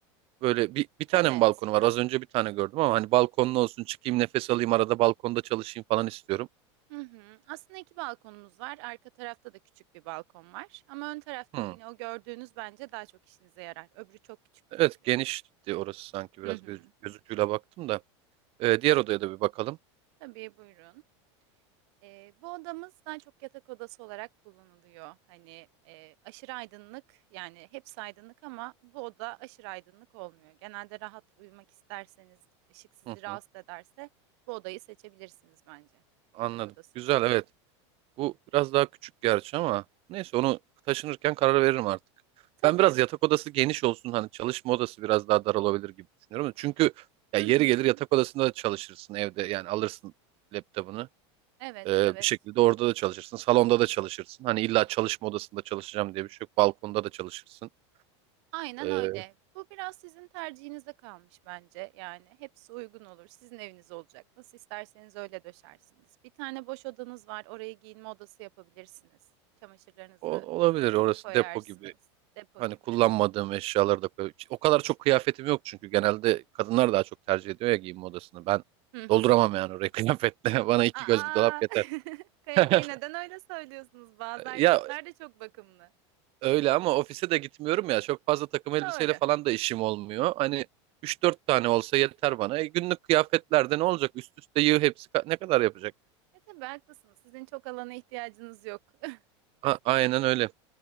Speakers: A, on the right; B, on the right.
A: böyle bir, bir
B: Evet.
A: tane mi balkonu var? Az önce bir tane gördüm ama hani balkonlu olsun çıkayım nefes alayım arada balkonda çalışayım falan istiyorum.
B: Hı hı. Aslında iki balkonumuz var. Arka tarafta da küçük bir balkon var. Ama ön taraftakini
A: Hmm.
B: o gördüğünüz bence daha çok işinize yarar. Öbürü çok küçük çünkü.
A: Evet genişti orası sanki
B: Hı
A: biraz
B: hı.
A: göz, göz ucuyla baktım da. E, diğer odaya da bir bakalım.
B: Tabii buyurun. Eee, bu odamız daha çok yatak odası olarak kullanılıyor. Hani eee, aşırı aydınlık yani hepsi aydınlık ama bu oda aşırı aydınlık olmuyor. Genelde rahat uyumak isterseniz ışık sizi
A: Hı
B: rahatsız
A: hı,
B: ederse bu odayı seçebilirsiniz bence
A: anladım.
B: yatak odası
A: Güzel
B: olarak.
A: evet. Bu biraz daha küçük gerçi ama neyse onu taşınırken karar veririm artık.
B: Tabii.
A: Ben biraz yatak odası geniş olsun hani çalışma odası biraz daha dar olabilir gibi düşünüyorum. Çünkü
B: Hı
A: ya yeri
B: hı.
A: gelir yatak odasında da çalışırsın evde yani alırsın laptopunu.
B: Evet,
A: Ee,
B: evet.
A: bir şekilde orada da çalışırsın. Salonda da çalışırsın. Hani illa çalışma odasında çalışacağım diye bir şey yok. Balkonda da çalışırsın.
B: Aynen
A: Ee,
B: öyle. Bu biraz sizin tercihinize kalmış bence. Yani hepsi uygun olur. Sizin eviniz olacak. Nasıl isterseniz öyle döşersiniz. Bir tane boş odanız var. Oraya giyinme odası yapabilirsiniz. Çamaşırlarınızı
A: o, olabilir orası
B: koyarsınız.
A: depo gibi
B: Depo
A: Hani
B: gibi.
A: kullanmadığım eşyaları da koy. O kadar çok kıyafetim yok çünkü genelde kadınlar daha çok tercih ediyor ya giyinme odasını. Ben
B: Hı hı.
A: dolduramam yani orayı kıyafetle. <laughs> Bana iki
B: Aa,
A: göz bir dolap yeter.
B: <laughs> Kaya
A: <laughs>
B: Bey neden öyle söylüyorsunuz? Bazı erkekler
A: Ya
B: de çok bakımlı.
A: öyle ama ofise de gitmiyorum ya. Çok fazla takım elbiseyle
B: Doğru.
A: falan da işim olmuyor. Hani üç dört tane olsa yeter bana. E, günlük kıyafetlerde ne olacak? Üst üste yığ hepsi ka- ne kadar yapacak?
B: Ya tabii haklısınız. Sizin çok alana ihtiyacınız yok. <laughs>
A: A- aynen öyle.